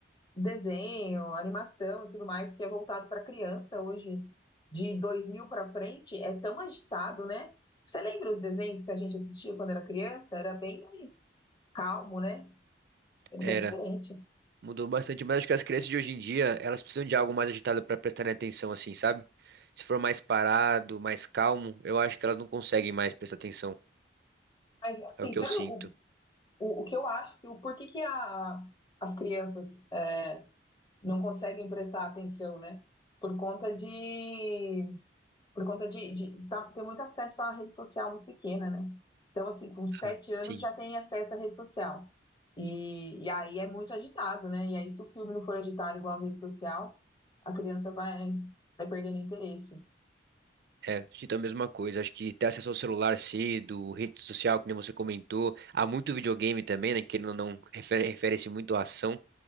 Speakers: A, on the left; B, on the right.
A: desenho, animação e tudo mais que é voltado para criança hoje, de 2000 para frente, é tão agitado, né? Você lembra os desenhos que a gente assistia quando era criança? Era bem mais calmo, né? Era
B: Era.
A: bem diferente.
B: Mudou bastante, mas acho que as crianças de hoje em dia, elas precisam de algo mais agitado para prestarem atenção, assim, sabe? Se for mais parado, mais calmo, eu acho que elas não conseguem mais prestar atenção.
A: Mas, assim,
B: É o que
A: sabe
B: eu sinto.
A: o, o, o que eu acho que o porquê que a, as crianças é, não conseguem prestar atenção, né? Por conta de, por conta de, de tá- ter muito acesso à rede social muito pequena, né? Então, assim, com sete
B: Ah,
A: anos
B: sim.
A: já tem acesso à rede social. E, e aí é muito agitado, né? E aí, se o filme não for agitado igual a rede social, a criança vai, vai perdendo interesse.
B: É, sinto a mesma coisa. Acho que ter acesso ao celular cedo, rede social, que nem você comentou, há muito videogame também, né? Querendo ou não, refere- refere-se muito à ação.